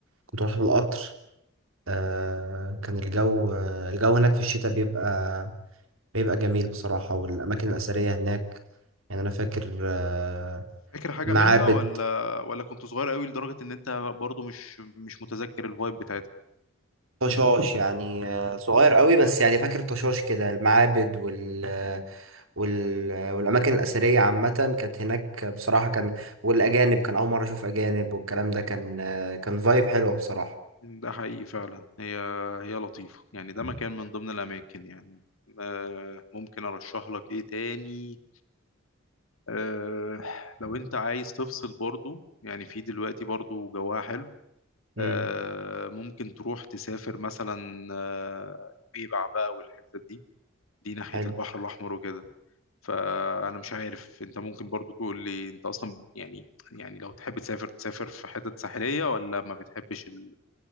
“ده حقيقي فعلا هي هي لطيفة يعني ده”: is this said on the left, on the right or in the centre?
Left